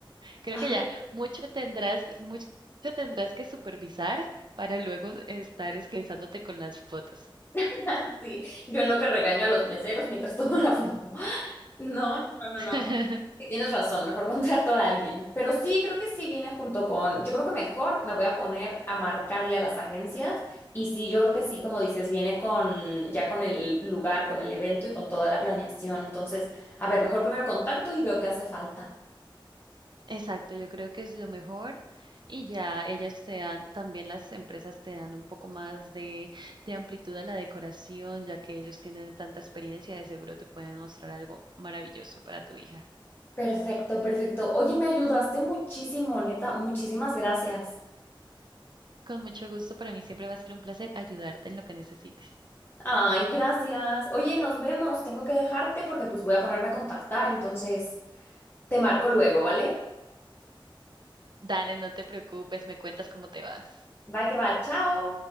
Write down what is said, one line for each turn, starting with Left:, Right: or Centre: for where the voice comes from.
Right: Creo
Left: Ay,
Right: que ya mucho tendrás, mucho tendrás que supervisar para luego estar esclavizándote con las fotos.
Left: <laughs> Sí, yo en lo que regaño a los meseros mientras tomo la foto. <laughs> No, no, no, no.
Right: <laughs>
Left: Sí, tienes razón, mejor <laughs> contrato a alguien. Pero sí, creo que sí viene junto con, yo creo que mejor me voy a poner a marcarle a las agencias y sí, yo creo que sí, como dices, viene con ya con el lugar, con el evento y con toda la planeación. Entonces, a ver, mejor primero contacto y veo qué hace falta.
Right: Exacto, yo creo que es lo mejor y ya ellas te dan, también las empresas te dan un poco más de, de amplitud a la decoración, ya que ellos tienen tanta experiencia, de seguro te pueden mostrar algo maravilloso para tu hija.
Left: Perfecto, perfecto. Oye, me ayudaste muchísimo, neta, muchísimas gracias.
Right: Con mucho gusto, para mí siempre va a ser un placer ayudarte en lo que necesites.
Left: Ay, gracias. Oye, nos vemos. Tengo que dejarte porque pues voy a ponerme a contactar, entonces te marco luego, ¿vale?
Right: Dale, no te preocupes, me cuentas cómo te va.
Left: Va que va, chao.